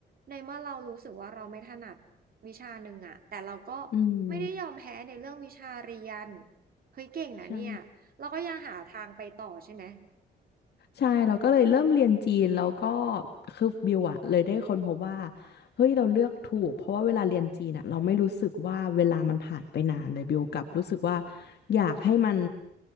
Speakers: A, on the right; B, on the left.
A: ในเมื่อเรารู้สึกว่าเราไม่ถนัดวิชาหนึ่งอะแต่เราก็
B: อืม
A: ไม่ได้ยอมแพ้ในเรื่องวิชาเรียนเฮ้ยเก่งนะเนี่ยเราก็ยังหาทางไปต่อใช่ไหม
B: ใช่ ใช่เราก็เลยเริ่มเรียนจีนแล้วก็คือบิวอะเลยได้ค้นพบว่าเฮ้ยเราเลือกถูกเพราะว่าเวลาเรียนจีนอะเราไม่รู้สึกว่าเวลามันผ่านไปนานเลยบิวกลับรู้สึกว่าอยากให้มัน